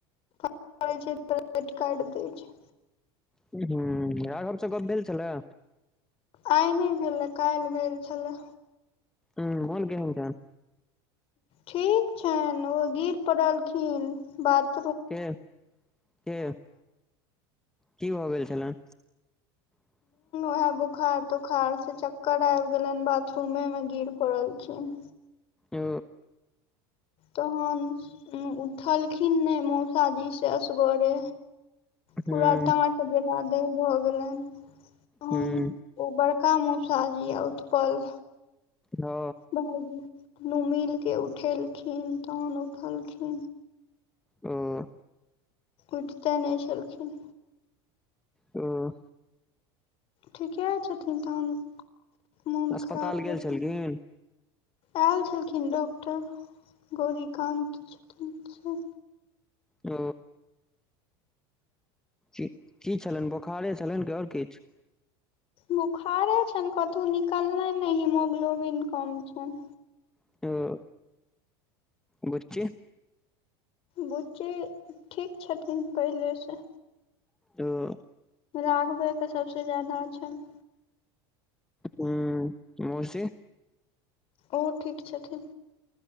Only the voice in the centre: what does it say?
हूं राघव स गप भेल छले
उं मोन केहन छनि
के के की भऽ गेल छेलनि <inaudible>
ओ
हुँ
हूं
ओ
उं
उं
अस्पताल
गेल
छलखिन
ओ की छलनि बोखारे छलनि कि आओर किछ
<inaudible> बुच्ची
ओ <unintelligible>
<inaudible> हूँ मौसी